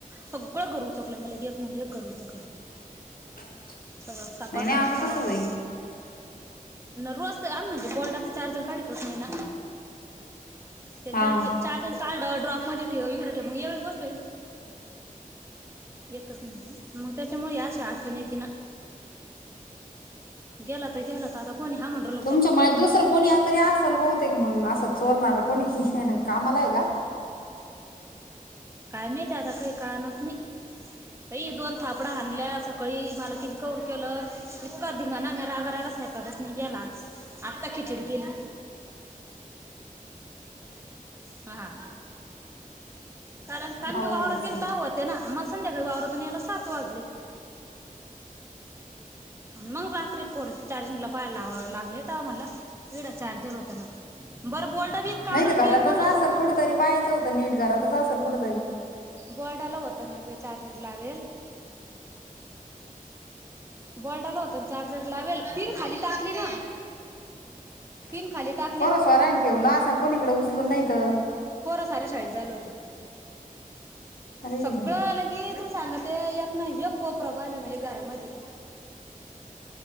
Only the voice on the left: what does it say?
<unintelligible>
नाही
नाही असं
कसं होईल?
हा
तुमच्यांमुळे दुसरं कोणी तरी असलं बहुतेक मंग असं चोरणारं कोणी कामांला आहे कां
अवघडच
आहे
नाहीं तरं
घरांतच
असेल कुठेतरी पाहायचं होतं नीट घरांतच असेल कुंठेतरी
<inaudible> <unintelligible>
पोरं स्वरांचे ठेवलं असं आणि कोणी इकडे उचलूंन नाहीं तरं
अरे
देवा.